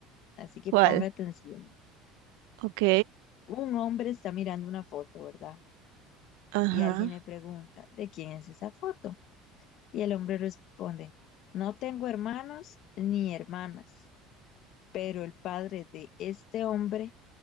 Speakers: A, on the left; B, on the right.
A: Así que
B: ¿Cuál?
A: ponga atención.
B: Ok.
A: Un hombre está mirando una foto, ¿verdad?
B: Ajá.
A: Y alguien le pregunta, ¿de quién es esa foto? Y el hombre responde, no tengo hermanos ni hermanas, pero el padre de este hombre